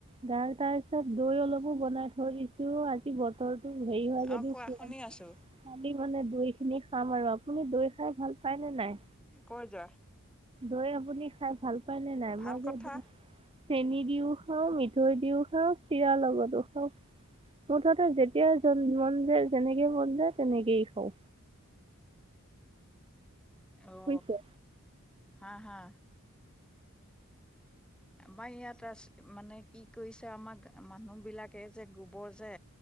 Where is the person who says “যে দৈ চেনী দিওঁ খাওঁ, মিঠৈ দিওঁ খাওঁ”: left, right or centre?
Right